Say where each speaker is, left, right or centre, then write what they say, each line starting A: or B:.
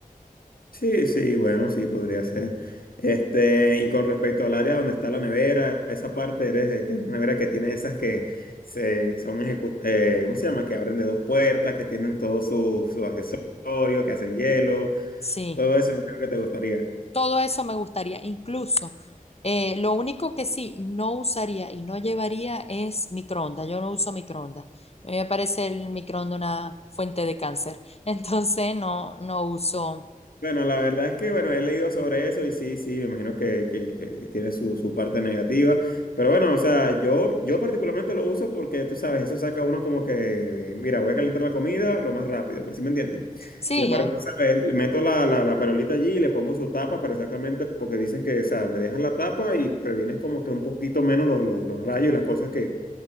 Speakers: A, on the left; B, on the left.
A: Sí, sí, bueno, sí, podría ser. Este, y con respecto al área donde está la nevera, esa parte eres de que es una nevera que tiene esas que se son ejecu- eh, ¿cómo se llama? Que abren de dos puertas, que tienen todos sus sus accesorios, que hacen hielo,
B: Sí,
A: todo eso, creo que te gustaría.
B: todo eso me gustaría. Incluso, eh, lo único que sí no usaría y no llevaría es microondas. Yo no uso microondas. A mí me parece el microondas una fuente de cáncer. <laughs> Entonces no, no uso
A: Bueno, la verdad es que, bueno, he leído sobre eso y sí, sí, me imagino que, que- que- que tiene su, su parte negativa. Pero bueno, o sea, yo, yo particularmente lo uso porque, tú sabes, eso saca uno como que, de, mira, voy a calentar la comida lo más rápido, pues, ¿sí me entiendes?
B: Sí,
A: Sin embargo,
B: eh,
A: ¿sabes? Le meto la, la, la perolita allí y le pongo su tapa, pero exactamente porque dicen que, o sea, le dejas la tapa y previenes como que un poquito menos los, los, los rayos y las cosas que,